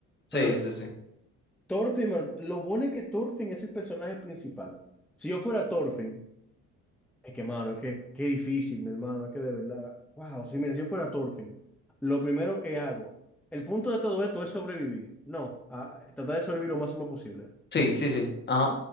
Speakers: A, on the left; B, in the centre.
A: Sí,
B: Pero a ver,
A: sí, sí.
B: Thorfinn, mano, lo bueno es que Thorfinn es el personaje principal. Si yo fuera Thorfinn, es que, mano, es que, qué difícil, mi hermano, es que de verdad, wow, si mira, si yo fuera Thorfinn, lo primero que hago, el punto de todo esto es sobrevivir, no, ah, tratar de sobrevivir lo máximo posible.
A: Sí, sí, sí. Ajá.